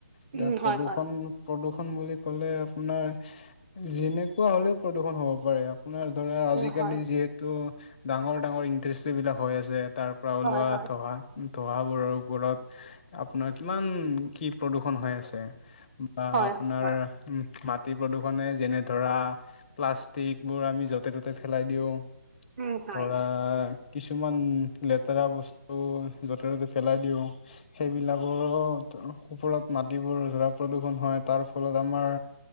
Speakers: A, on the left; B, on the right.
A: এতি
B: উম, হয়,
A: প্ৰদূষণ
B: হয়,
A: প্ৰদূ বুলি কলে আপোনাৰ যেনেকুৱা হলেও প্ৰদূষণ হ'ব পাৰে আপোনাৰ ধৰা আজিকালি
B: উম, হয়,
A: যিহেতু ডাঙৰ ডাঙৰ ইণ্ডাষ্ট্ৰিবিলাক হৈ আছে তাৰ পৰা
B: হয়,
A: ওলোৱা
B: হয়,
A: ধহা ধহাবোৰৰ ওপৰত আপোনাৰ কিমান কি প্ৰদূষণ হৈ আছে বা
B: হয়,
A: আপোনাৰ
B: হয়,
A: উ ম খেতি প্ৰদূষণে যেনে ধৰা প্লাষ্টিকবোৰ আমি য'তে ত'তে পেলাই দিওঁ
B: উম, হয়,
A: ধৰা কিছুমান লেতেৰা বস্তু য'তে ত'তে পেলাই দিওঁ সেইবিলাক কওপৰত মাটিবোৰ ধৰা প্ৰদূষণ হয় তাৰ ফলত আমাৰ